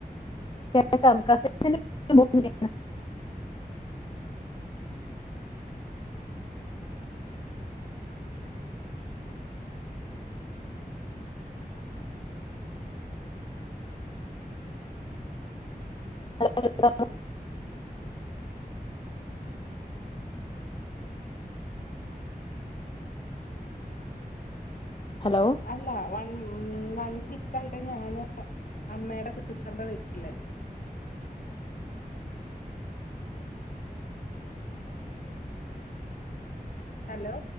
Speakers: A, on the left; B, on the left.
A: കേക്കാം കസിൻസിന്റെ <unintelligible> <unintelligible> ഹലോ
B: അല്ല വൺ വൺ വീക്ക് ആയിട്ട് ഞാൻ അമ്മയുടെ സിസ്റ്ററിന്റെ വീട്ടില് ഹലോ